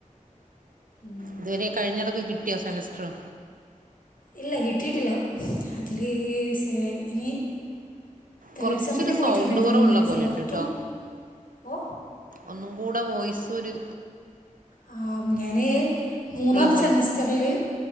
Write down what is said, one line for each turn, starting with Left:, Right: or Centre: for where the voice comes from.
Left: ഉം.
Right: മംഇതുവരെ കഴിഞ്ഞതൊക്കെ കിട്ടിയൊ സെമസ്റ്ററ്
Left: ഇല്ല കിട്ടീട്ടില്ല അതില് സെ ഇനി തേർഡ്
Right: കുറച്ചൊരു
Left: സെമ്മിന്റെ പോയിറ്റ്ണ്ടായിരുന്നു.
Right: സൗണ്ട് കുറവുള്ള
Left: ഇനി
Right: പോലെ
Left: ഫോർത്തും
Right: ഉണ്ട് കേട്ടോ
Left: ഓ
Right: ഒന്നും കൂടെ വോയ്സൊര്
Left: ആ ഞാന് മൂന്നാമ്ത്തെ
Right: പോലെ
Left: സെമസ്റ്ററ്ല്